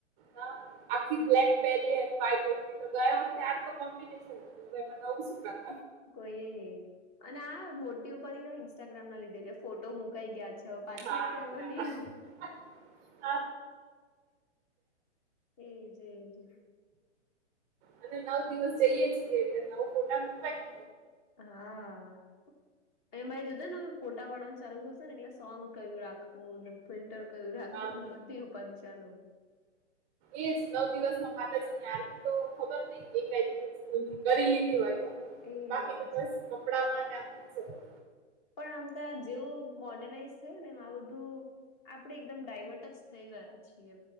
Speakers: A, on the right; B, on the left.
A: હા આખી બ્લેક પેરી અને વ્હાઈટ ઓઢણી તો ગયા વ તે આ તો કોમ્બિનેશન હતુ અને એમા નવુ સુ ક
B: કોઈ અને આ મોટી ઉપાધી તો ઇન્સ્ટાગ્રામના લીધે છે. ફોટો મુકાઈ ગયા છે, પાછી
A: હા
B: આ પહેરવાની
A: યાર <inaudible>
B: એજ એજ
A: અને નવ દિવસ જઈએ છીએ એટલે નવ ફોટા મુકવાય
B: હા. એમાંય જો જે ને હવે ફોટા પાડવાનું ચાલુ થશે ને એટલે સોંગ કયું રાખ કોને ફિલ્ટર કરું રાખવું
A: હા
B: અને બધી ઉપાધિ ચાલુ
A: એ જ નવ દિવસમાં માતાજીની આરતી તો ખબર નય એકય દિવસ ભુલથી કરી લીધી હોય તો
B: એજ
A: બાકી તો બસ કપડામાં ને આમાં જ છે.
B: પણ આમ ત જેવું મોર્ડનાઈઝ થયું ને એમ આ બધું આપણે એકદમ ડાયવર્ટ જ થઈ ગયા છીએ